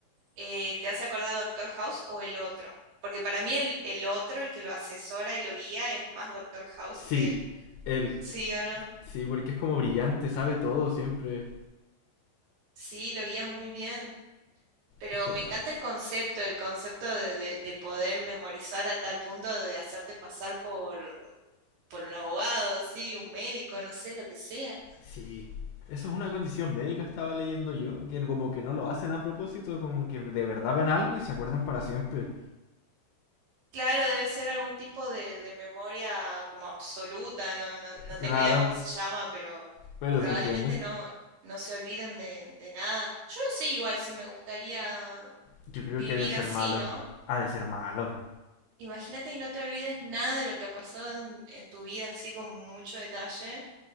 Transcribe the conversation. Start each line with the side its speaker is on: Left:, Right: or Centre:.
Right: eh, ¿te hace acordar a Doctor House o el otro? Porque para mí el, el otro, el que lo asesora y lo guía, es más Doctor House
Left: Sí,
Right: que él.
Left: él.
Right: ¿Sí o no?
Left: Sí, porque es como brillante, sabe todo siempre.
Right: Sí, lo guía muy bien. Pero
Left: Es genial.
Right: me encanta el concepto, el concepto de, de- de poder memorizar a tal punto de hacerte pasar por, por un abogado, sí, un médico, no sé, lo que sea.
Left: Sí. Eso es una condición médica, estaba leyendo yo, que como que no lo hacen a propósito, como que de verdad ven algo y se acuerdan para siempre.
Right: Claro, debe ser algún tipo de, de memoria como absoluta, no, no, no
Left: Claro,
Right: tengo idea cómo se llama, pero
Left: pero
Right: probablemente
Left: se entiende.
Right: no, no se olviden de, de nada. Yo no sé igual si me gustaría
Left: Yo
Right: vivir
Left: creo que ha de ser
Right: así,
Left: malo.
Right: ¿no?
Left: Ha de ser malo.
Right: Imagínate y no te olvides nada de lo que ha pasado en, en tu vida así con mucho detalle.